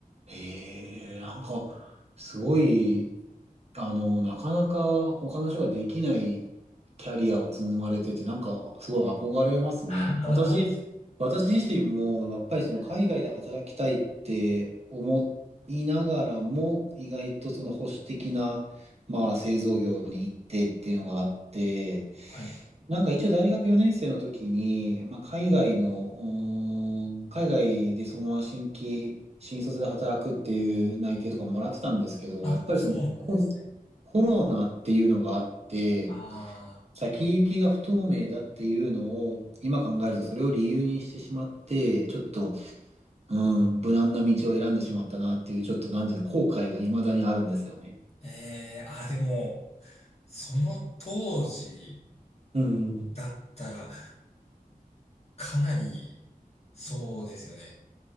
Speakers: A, on the right (about 45°); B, on the left (about 45°).
A: へえ、なんか、すごい、あの、なかなか他の人ができないキャリアを積まれてて、なんかすごい憧れますね。
B: は
A: 私、私自身もやっぱりその海外で働きたいって思いながらも、意外とその保守的な、まあ、製造業に行ってっていうのがあって、
B: い。
A: なんか一応大学4年生の時に、まあ、海外の、うーん海外でそのまま新規、新卒で働くっていう内定とかもらってたんですけど、
B: あ、
A: やっぱりその、
B: そうなんですね。
A: コロナっていうのがあって、
B: ああ、
A: 先行きが不透明だっていうのを、今考えるとそれを理由にしてしまって、ちょっと、うん、無難な道を選んでしまったなっていう、ちょっとなんていうの後悔が未だにあるんですよね。
B: ええあ、でも、その当時
A: うん。
B: だったら、かなり、そうですよね。